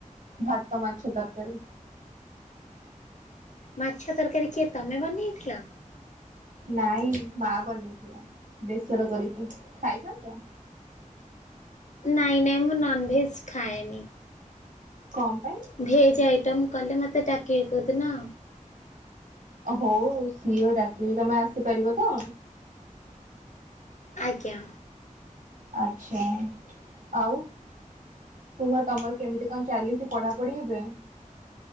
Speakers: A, on the right; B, on the left.
A: ଭାତ ମାଛ ତରକାରୀ।
B: ମାଛ ତରକାରୀ କିଏ ତମେ ବନେଇଥିଲ?
A: ନାଇଁ ମା ବନେଇଥିଲା ବେସର କରିକି। ଖାଇଥାନ୍ତ?
B: ନାଇଁ ନାଇଁ ମୁଁ ନନଭେଜ ଖାଏନି।
A: କଁ ପାଇଁ?
B: ଭେଜ୍ ଆଇଟମ୍ କଲେ ମୋତେ ଡାକିବେ କୁ ଦିନ।
A: ହଉ ସିଏ ଡାକିବି। ତମେ ଆସିପାରିବ ତ?
B: ଆଜ୍ଞା।
A: ଆଛା ଆଉ କୁହ ତମର କେମିତି କଁ ଚାଲିଚି ପଢା ପଢି ଏବେ?